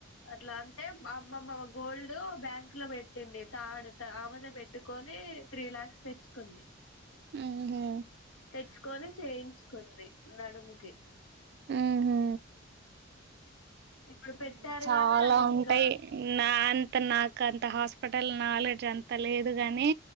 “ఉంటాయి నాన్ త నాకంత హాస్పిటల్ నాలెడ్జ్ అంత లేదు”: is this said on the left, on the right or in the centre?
Right